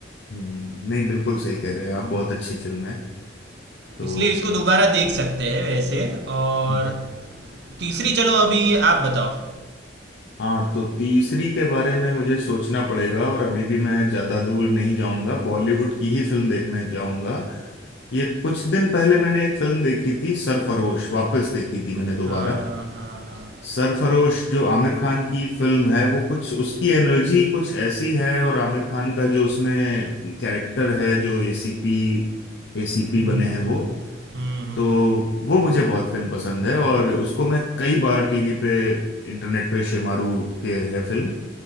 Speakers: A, on the left; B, on the right.
A: हम्म, नहीं बिल्कुल सही कह रहे हैं आप बहुत अच्छी फिल्म है तो
B: इसलिए इसको दोबारा देख सकते हैं वैसे और
A: हम्म।
B: तीसरी चलो अभी आप बताओ
A: हाँ तो तीसरी के बारे में मुझे सोचना पड़ेगा और अभी भी मैं ज्यादा दूर नहीं जाऊंगा बॉलीवुड की ही फिल्म देखने जाऊंगा ये कुछ दिन पहले मैंने एक फिल्म देखी थी सरफरोश वापस देखी थी मैंने दोबारा
B: हाँ हाँ हाँ
A: सरफरोश जो आमिर खान की फिल्म है वो कुछ उसकी एनर्जी कुछ ऐसी है और आमिर खान का जो उसमें कैरेक्टर है जो एसीपी एसीपी
B: हम्म,
A: बने हैं वो
B: हम्म, हम्म।
A: तो वो मुझे बहुत फिल्म पसंद है और उसको मैं कई बार टीवी पे इंटरनेट पे शेमारू के है फिल्म